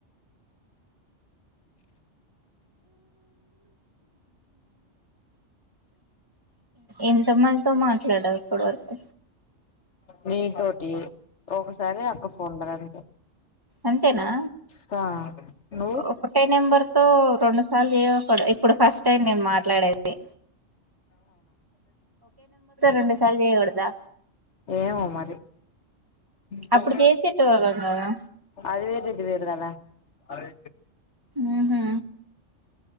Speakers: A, on the right (about 20°); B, on the left (about 65°).
A: ఎంత మందితో మాట్లాడవు ఇప్పటి వరకు
B: నీ తోటి ఒకసారి అక్క ఫోన్ల అంతే
A: అంతేనా
B: ఆ నువ్వు
A: ఒక టె నెంబర్ తో రెండు సార్లు చేయకుడు ఇప్పుడు ఫస్ట్ టైం నేను మాట్లాడేది ది రెండు సార్లు చేయకూడదా
B: ఏమో మరి <inaudible>
A: అప్పుడు చేసేటోళ్ళం కదా
B: అది వేరు ఇది వేరుకదా అదే
A: ఉహు